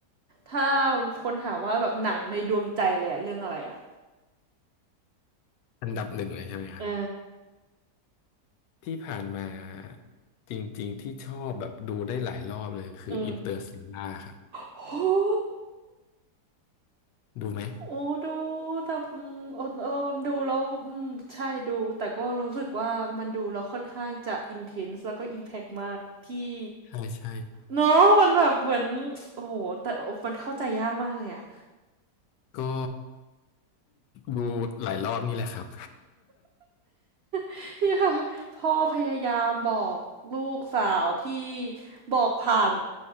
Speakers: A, on the right; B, on the left.
A: ถ้าคนถามว่าแบบหนังในดวงใจเลยอะเรื่องอะไรอะ
B: อันดับหนึ่งเลยใช่ไหมครับ
A: เออ
B: ที่ผ่านมาจริงๆที่ชอบแบบดูได้หลายรอบเลยคืออินเตอร์
A: อืม
B: l ต a ล่าครับ
A: โอ้
B: ดูไหม
A: โอ้ดูแต่อืมเออเออดูแล้วอืมใช่ดูแต่ก็รู้สึกว่ามันดูแล้วค่อนข้างจะอินเทนส์แล้วก็อิมแพกมากที่
B: ใช่ใช่
A: เนาะมันแบบเหมือน โอ้โหแต่มันเข้าใจยากมากเลยอะ
B: ก็ ดูหลายรอบนี่แหละครับ
A: <laughs> ที่แบบพ่อพยายามบอกลูกสาวที่บอกผ่าน